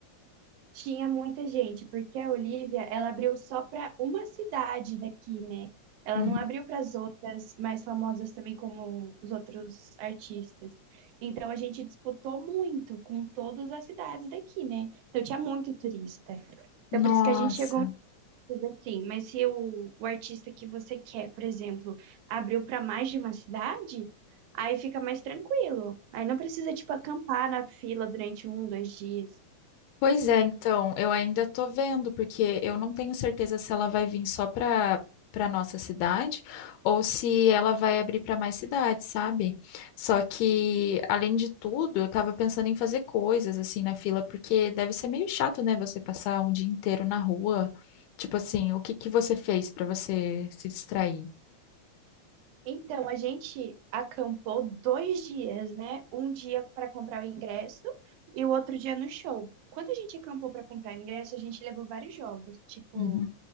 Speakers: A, on the right; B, on the left.
A: Tinha muita gente, porque a Olivia, ela abriu só para uma cidade daqui, né? Ela
B: Uhum.
A: não abriu para as outras mais famosas também, como os outros artistas. Então a gente disputou muito com todas as cidades daqui, né? Então tinha muito turista. Então
B: Nossa.
A: por isso que a gente chegou Sim, mas se o, o artista que você quer, por exemplo, abriu para mais de uma cidade, aí fica mais tranquilo. Aí não precisa, tipo, acampar na fila durante um, dois dias.
B: Pois é, então, eu ainda tô vendo, porque eu não tenho certeza se ela vai vir só para para nossa cidade ou se ela vai abrir para mais cidades, sabe? Só que, além de tudo, eu tava pensando em fazer coisas assim na fila, porque deve ser meio chato, né, você passar um dia inteiro na rua. Tipo assim, o que que você fez para você se distrair?
A: Então, a gente acampou dois dias, né? Um dia para comprar o ingresso e o outro dia no show. Quando a gente acampou para comprar o ingresso, a gente levou vários jogos, tipo,
B: Uhum.